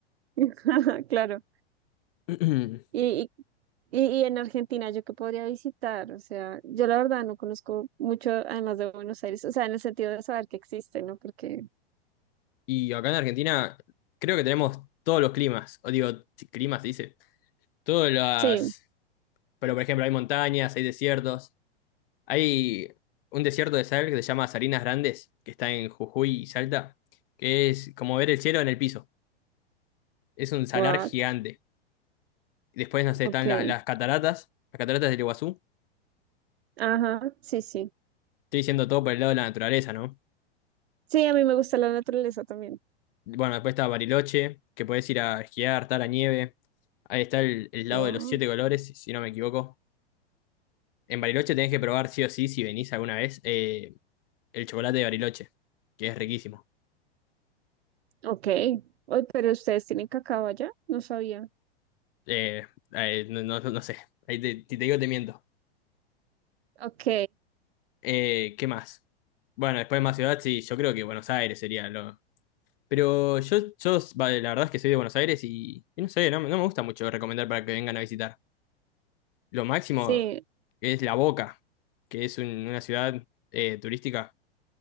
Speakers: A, on the right (about 70°); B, on the left (about 60°).
A: <laughs> Claro.
B: <clears throat>
A: Y, y, y en Argentina, ¿yo qué podría visitar? O sea, yo la verdad no conozco mucho, además de Buenos Aires, o sea, en el sentido de saber que existe, ¿no? Porque,
B: Y acá en Argentina creo que tenemos todos los climas. O digo, si climas se dice. Todas las...
A: sí,
B: Pero por ejemplo, hay montañas, hay desiertos. Hay un desierto de sal que se llama Salinas Grandes, que está en Jujuy y Salta, que es como ver el cielo en el piso. Es un salar
A: what,
B: gigante. Después, no sé,
A: ok,
B: están las, las cataratas, las cataratas del Iguazú.
A: ajá, sí, sí.
B: Estoy diciendo todo por el lado de la naturaleza, ¿no?
A: Sí, a mí me gusta la naturaleza también.
B: Bueno, después está Bariloche, que puedes ir a esquiar, está la nieve. Ahí está el, el lago
A: Wow,
B: de los siete colores, si si no me equivoco. En Bariloche tenés que probar sí o sí, si venís alguna vez, eh, el chocolate de Bariloche, que es riquísimo.
A: ok. Oy, pero ustedes tienen cacao allá, no sabía.
B: Eh, eh, no, no- no no sé, ahí te, si te digo te miento.
A: Ok,
B: Eh, ¿qué más? Bueno, después más ciudad, sí, yo creo que Buenos Aires sería lo... Pero yo, yo, vale, la verdad es que soy de Buenos Aires y, y no sé, no, me no me gusta mucho recomendar para que vengan a visitar. Lo máximo
A: sí,
B: es La Boca, que es un- una ciudad eh, turística,